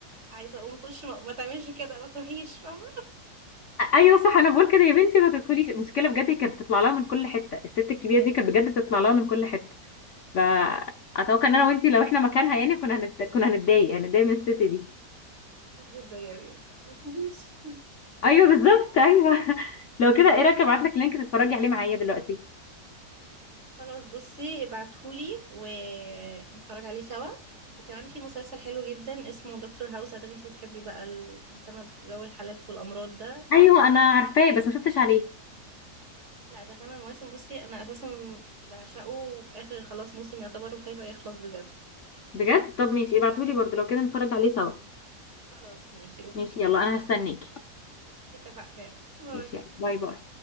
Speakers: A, on the right (about 40°); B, on the left (about 50°).
A: عايزة أقوم أخش ما, ما تعملش كده ما تروحيش فاهمة
B: أ- ايوه صح انا بقول كده يا بنتي ما تدخليش المشكله بجد كانت بتطلع لها من كل حته الست الكبيره دي كانت بجد بتطلع لها من كل حته فاتوقع ان انا وانت لو احنا مكانها يعني كنا هنت... كنا هنتضايق هنتضايق من الست دي
A: بتشوف جدا يعني ما تروحيش
B: ايوه بالظبط ايوه <laughs> لو كده ايه رايك ابعت لك لينك تتفرجي
A: مم.
B: عليه معايا دلوقتي
A: خلاص بصي ابعتهولي ونتفرج عليه سوا وكمان في مسلسل حلو جدا اسمه دكتور هاوس ادام انتي بتحبي بقى المهتمة بجو الحالات والأمراض ده
B: ايوه
A: ده مسلسل
B: انا عارفاه بس ما شفتش عليه
A: لا ده تمن مواسم بصي انا اساسا بعشقه وفي اخر خلاص موسم يعتبر وخايفة يخلص بجد
B: بجد طب ماشي ابعتولي برضو لو كده نتفرج عليه سوا
A: خلاص ماشي اوكي
B: ماشي يلا انا هستنيكي
A: اتفقنا باي
B: ماشي يلا باي باي